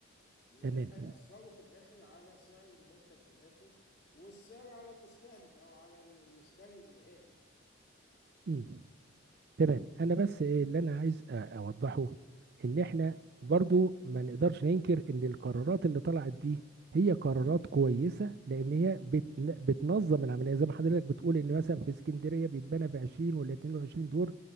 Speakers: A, on the left; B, on the right.
A: الاتنين
B: تمام
A: هيأثروا في الآخر على سعر المنتج في الآخر والسعر على المستهلك أو على المشتري النهائي
B: مم. تمام انا بس ايه اللي انا عايز أ- اوضحه ان احنا برضو ما نقدرش ننكر ان القرارات اللي طلعت دي هي قرارات كويسة لان هي بتن- بتنظم العملية زي ما حضرتك بتقول ان مثلا في اسكندرية بيتبنى ب 20 ولا 22 دور